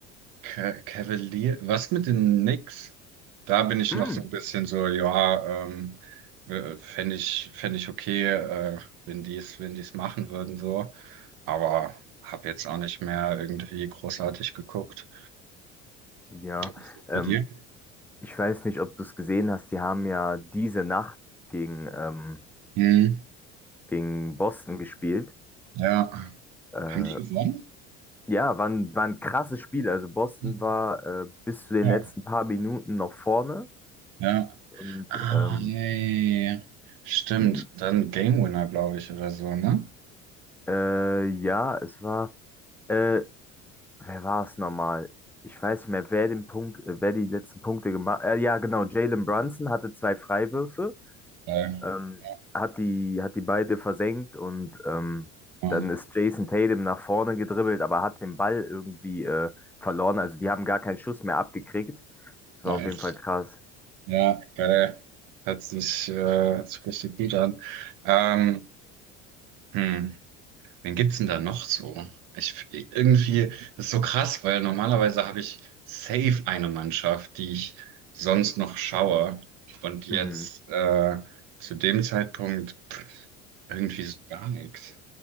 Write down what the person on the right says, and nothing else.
Ca- Cavalier, was mit den Knicks? Da bin ich
noch so ein bisschen so, ja, ähm, fände ich, fänd ich okay, äh, wenn die es, wenn die es machen würden, so. Aber habe jetzt auch nicht mehr irgendwie großartig geguckt.
Wie Ist das
Bei dir?
Hm,
ja.
Haben die gewonnen?
Mhm.
Ja.
Ja.
Ah,
yeah, yeah, yeah. Stimmt.
Dann Game Winner, glaube ich, oder so, ne?
Geil.
Ja,
ja,
nice.
Ja, geil. Hört sich, äh, hört sich richtig gut an. Ähm, hm, wen gibt's denn da noch so? Ich, irgendwie, das ist so krass, weil normalerweise habe ich safe eine Mannschaft, die ich sonst noch schaue. Und jetzt,
äh, zu dem Zeitpunkt, pff, irgendwie so gar nichts.